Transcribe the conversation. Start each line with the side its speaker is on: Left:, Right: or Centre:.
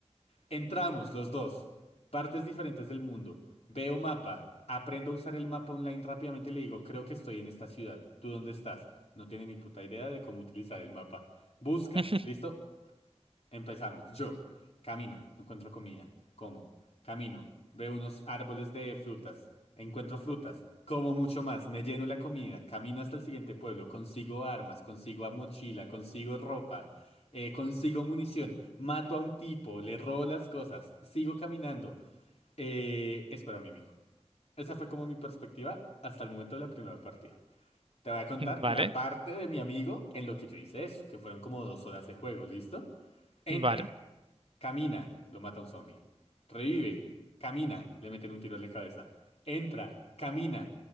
Left: Entramos los dos, partes diferentes del mundo, veo mapa, aprendo a usar el mapa online rápidamente y le digo, creo que estoy en esta ciudad, ¿tú dónde estás? No tiene ni puta idea de cómo utilizar el mapa. Busca,
Right: <laughs>
Left: ¿listo? Empezamos. Yo camino, encuentro comida, como. Camino, veo unos árboles de frutas, encuentro frutas, como mucho más, me lleno la comida, camino hasta el siguiente pueblo, consigo armas, consigo a mochila, consigo ropa, eh, consigo munición, mato a un tipo, le robo las cosas, sigo caminando, eh, espero a mi amigo. Esa fue como mi perspectiva hasta el momento de la primera partida. Te voy a contar
Right: Vale,
Left: la parte de mi amigo en lo que yo hice eso, que fueron como dos horas de juego, ¿listo? Entra.
Right: vale.
Left: Camina, lo mata un zombie. Revive, camina, le meten un tiro en la cabeza. Entra, camina,